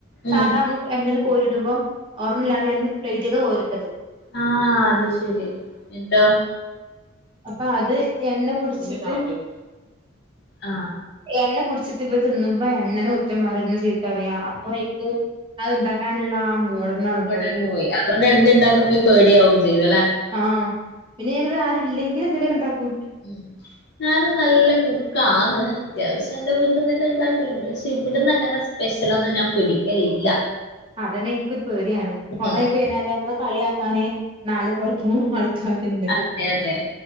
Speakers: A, on the right (about 25°); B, on the left (about 55°).
A: സാധാ
B: ഉം
A: നമ്മ എണ്ണില് കോരി ഇടുമ്പോ ഓർമ്മില്ലാതെയരുന്നു പ്ലേറ്റക്കെ ഓരിട്ടത്.
B: ആ അത് ശെരി എന്തോ?
A: അപ്പൊ അത് എണ്ണ പിടിച്ചിട്ട്
B: ആ.
A: എന്നെ പിടിച്ചിട്ട ഇവര് തിന്നുമ്പോ എന്നനെ കുറ്റം പറയ ചീത്തറിയാ അപ്പൊ എനിക്ക് അത് ഉണ്ടാക്കാനുള്ള മൂഡ് തന്നെ
B: ഇവിടങ്ങ്
A: പോയി
B: അതുകൊണ്ട് എന്തുണ്ടാക്കുമ്പോ പേടിയാവും ചെയ്യും അല്ലെ
A: ആഹ് പിന്നെ ഞാനിവിടെ ആരല്ലെങ്കിലും എന്തലൊക്കെ ഉണ്ടാക്കും.
B: ഉം ഞാനും നല്ല കുക്കാന്ന് അത്യാവശ്യം എന്റെ വീട്ടിന്നന്നെ ഉണ്ടാക്കലുണ്ട് പക്ഷെ ഇവിടന്നങ്ങനെ സ്പെഷ്യലൊന്നും ഞാൻ പിടിക്കലില്ല.
A: അതന്നെ ഇക്ക ഒരു പേടിയാണ് കോളായി
B: ഉം
A: കഴിഞ്ഞാല് നമ്മളെ കളിയാക്കാന് നാല് പുറത്തുന്ന് ആൾക്കാരുണ്ട്
B: അതെ അതെ